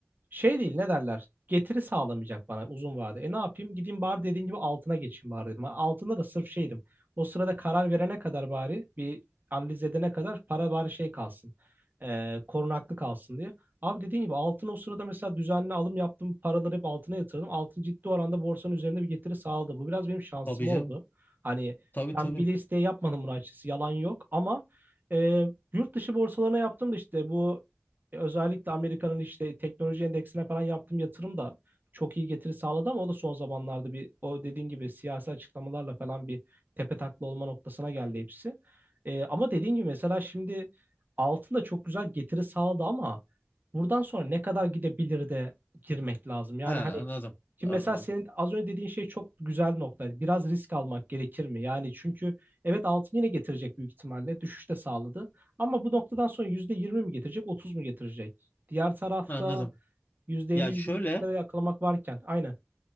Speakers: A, on the right (about 50°); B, on the left (about 45°).
A: şey değil ne derler? Getiri sağlamayacak bana uzun vade. E ne yapayım? Gideyim bari dediğin gibi altına geçeyim bari dedim. Altında da sırf şeydim. O sırada karar verene kadar bari bir analiz edene kadar para bari şey kalsın. Ee, korunaklı kalsın diye. Abi dediğin gibi altın o sırada mesela düzenli alım yaptım. Paraları hep altına yatırdım. Altın ciddi oranda borsanın üzerinde bir getiri sağladı. Bu biraz benim şansım
B: Tabii
A: oldu.
B: canım.
A: Hani
B: Tabii tabii.
A: ben bile isteye yapmadım bunu açıkçası. Yalan yok ama e, yurt dışı borsalarına yaptım da işte bu e, Özellikle Amerika'nın işte teknoloji endeksine falan yaptığım yatırım da çok iyi getiri sağladı ama o da son zamanlarda bir o dediğin gibi siyasi açıklamalarla falan bir tepe takla olma noktasına geldi hepsi. E, ama dediğin gibi mesela şimdi altın da çok güzel getiri sağladı ama buradan sonra ne kadar gidebilir de girmek lazım. Yani
B: He anladım.
A: hani şimdi
B: Anladım.
A: mesela senin az önce dediğin şey çok güzel bir nokta. Biraz risk almak gerekir mi? Yani çünkü evet altın yine getirecek büyük ihtimalle. Düşüş de sağladı. Ama bu noktadan sonra %20 mi getirecek, 30 mu getirecek? Diğer tarafta
B: Anladım.
A: yüzde
B: Ya
A: elli, yüzde
B: şöyle
A: yetmişlere yakalamak varken. Aynen.